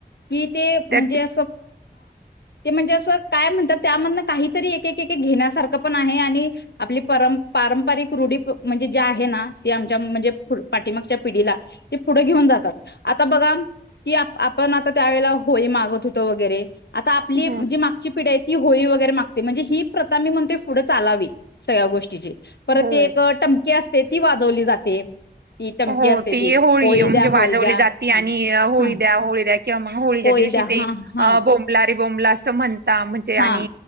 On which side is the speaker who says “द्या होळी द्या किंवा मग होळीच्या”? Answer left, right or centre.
Right